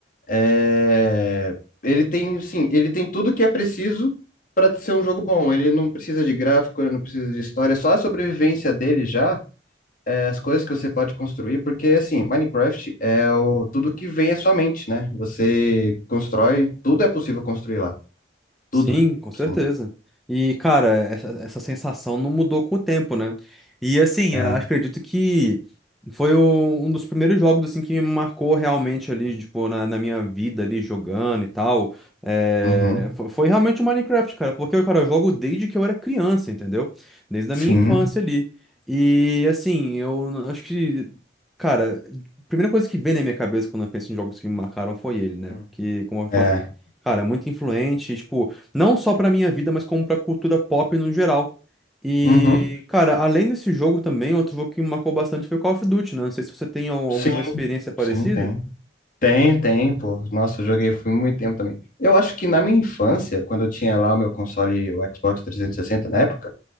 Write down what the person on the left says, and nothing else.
é, ele tem, sim, ele tem tudo que é preciso pra ser um jogo bom. Ele não precisa de gráfico, ele não precisa de história, é só a sobrevivência dele já, é, as coisas que você pode construir, porque, assim, Minecraft é o, tudo que vem à sua mente, né? Você constrói, tudo é possível construir lá.
Tudo.
Sim.
É.
Uhum.
Sim.
Hum.
É.
Uhum.
Sim,
sim, tem. Tem, tem, pô. Nossa, eu joguei foi muito tempo também. Eu acho que na minha infância, quando eu tinha lá o meu console, o Xbox 360 na época,